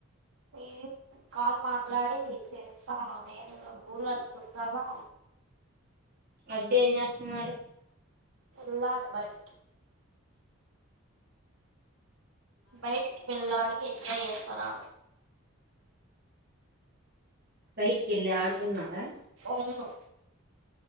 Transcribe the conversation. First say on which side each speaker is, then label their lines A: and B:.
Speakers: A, on the right; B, on the right.
A: ఏ కాల్ మాట్లాడి చేస్తా నేను గుూళ్ళన్నీ తుడ్చాలా
B: వంట ఏం చేస్తున్నారు
A: ఎల్లాడు బయట బైటికి వెళ్ళాలి ఎంజాయ్ చేస్తారా
B: బయటికేళ్ళి ఆడుకున్నారా
A: ఇదిగో